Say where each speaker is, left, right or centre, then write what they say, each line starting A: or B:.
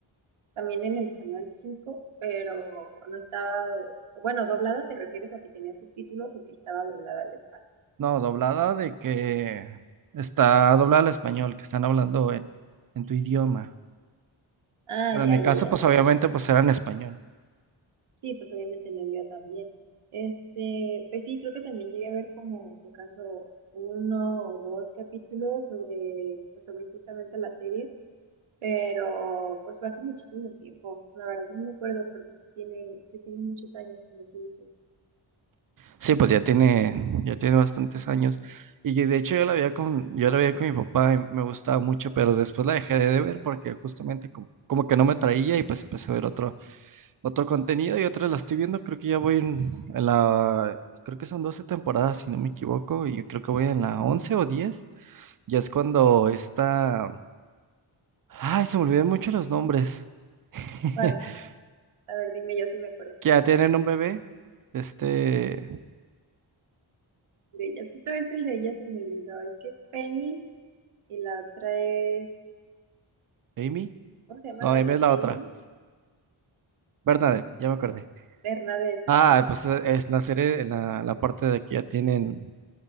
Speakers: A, on the right (about 85°); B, on the right (about 45°).
A: también en el canal 5 pero no estaba, do- bueno, doblada te refieres a que tenía subtítulos o que estaba doblada al español. pues?
B: No, doblada de que está doblada al español, que están hablando en, en tu idioma.
A: Ah,
B: Bueno,
A: ya,
B: en mi
A: ya,
B: caso,
A: ya,
B: pues
A: es que
B: obviamente, pues era en español.
A: sí, pues obviamente no había también. Este, pues sí, creo que también llegué a ver como si acaso uno o dos capítulos sobre, pues sobre justamente la serie, pero pues fue hace muchísimo tiempo, la verdad no me acuerdo porque sí tiene, sí tiene muchos años, como tú dices.
B: Sí, pues ya tiene, ya tiene bastantes años. Y yo- de hecho yo la veía con, yo la veía con mi papá y me gustaba mucho, pero después la dejé de ver porque justamente como, como que no me traía y pues empecé a ver otro, otro contenido y otra la estoy viendo. Creo que ya voy en, en la, creo que son 12 temporadas, si no me equivoco, y creo que voy en la once o diez Ya es cuando está, ay, se me olvidan mucho los nombres. <laughs>
A: ¿Cuál? A ver, dime yo si me acuerdo.
B: Que ya tienen un bebé, este,
A: de ellas. Justamente el de ellas se me olvidó. Es que es Penny y la otra es.
B: Amy.
A: ¿Cómo se llama
B: No,
A: la
B: Amy
A: no-
B: es la
A: Amy?
B: otra. Bernadette, ya me acordé.
A: Bernadette, sí,
B: Ah,
A: sí.
B: pues eh, es la serie, en la, la parte de que ya tienen,